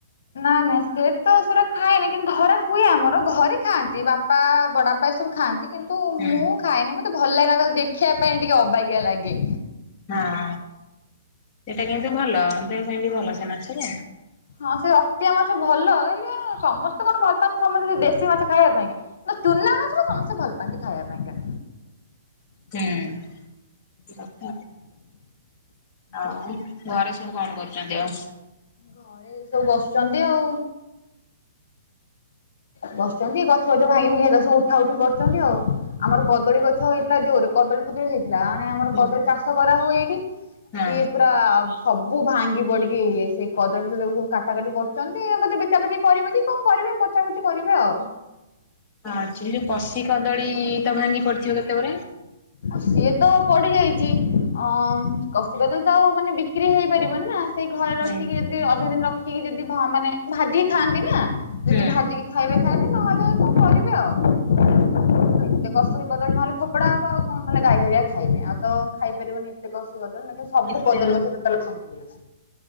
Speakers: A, on the left; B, on the left.
A: ନାଇଁ ନାଇଁ ସେତ ସେରା ଖାଏନି କିନ୍ତୁ ଧରା ହୁଏ ଆମର ଘରେ ଖାଆନ୍ତି ବାପା, ବଡାପା ଏ ସବୁ ଖାଆନ୍ତି କିନ୍ତୁ
B: ହୁଁ
A: ମୁଁ ଖାଏନି ମତେ ଭଲ ଲାଗେନା ତାକୁ ଦେଖିବା ପାଇଁ ଟିକେ ଅବାଗିଆ ଲାଗେ।
B: ହଁ ସେଟା କିନ୍ତୁ ଭଲ ଦେହ ପାଇଁ ବି ଭଲ ସେ ମାଛରା
A: ହଁ ସେ ରକ୍ତିଆ ମାଛ ଭଲ ହେଲେ ସମସ୍ତେ କଣ ଭଲ ପାଆନ୍ତି ସମସ୍ତେ ସେ ଦେଶୀ ମାଛ ଖାଇବା ପାଇଁକା ଚୁନା ମାଛ ରା ସମସ୍ତେ ଭଲ ପାଆନ୍ତି ଖାଇବା ପାଇଁକା।
B: ହୁଁ <unintelligible> ଆଉ ଘରେ ସବୁ କଣ କରୁଛନ୍ତି ଆଉ?
A: ଘରେ ଏ ସବୁ ବସୁଛନ୍ତି ଆଉ ବସୁଛନ୍ତି ଗଛ ଗଛ ଭାଙ୍ଗି ଭାଙ୍ଗି ସବୁ ଉଠା ଉଠି କରୁଛନ୍ତି ଆଉ। ଆମର କଦଳୀ ଗଛ ହେଇଥିଲା ଜୋରେ କଦଳୀ ଫଦଳିୀ ହେଇଥିଲା ମାନେ ଆମର
B: ହୁଁ
A: କଦଳୀ ଚାଷ କରା ହୁଏ ଏଇଠି
B: ହଁ
A: ସିଏ ପୁରା ସବୁ ଭାଙ୍ଗି ପଡିକିଇଏ ସେ କଦଳୀ ଫଦଳିସବୁ କାଟା କାଟି କରୁଛନ୍ତି ବୋଧେ ବି ପଚାପଚିକରିବେ କି କଣ କରିବେ ପଚାପଚି କରିବେ ଆଉ
B: ହଁଅଛି କଶି କଦଳୀ ତ ଭାଙ୍ଗି ପଡ଼ିଥିବ କେତେଗୁରେ
A: ସିଏ ତ ପଡ଼ି ଯାଇଛି ଅ କଷି କଦଳୀ ତ ଆଉ ମାନେ ବିକ୍ରି ହେଇପାରିବନି ନା ସେଇ ଘରେ ରଖିକି
B: ହୁଁ
A: ଯଦି ଅଧେ ଦିନ ରଖିକି ଯଦି ମାନେ ଭାଜି ଥାନ୍ତି ନା
B: ହୁଁ
A: ଯଦି ଭ। ଖାଇବେ ଖାଇବେ ନହେଲେ କଣ କରିବି ଆଉ ଏତେ କସ୍ତୁରୀ କଦଳୀ ନହଲେ ଫୋପୋଡା ହବ ଆଉ କଣ ନହେଲେ ଗାଈ ହରିଆ ଖାଇବେ ଆଉ ତ ଖାଇପାରିବନି କେତେ କଷି କଦଳୀ ନାକେସବୁ
B: କେତେ
A: କଦଳୀ ଗଛ ଟୋଟାଲ ଭାଙ୍ଗି ଯାଇଛି।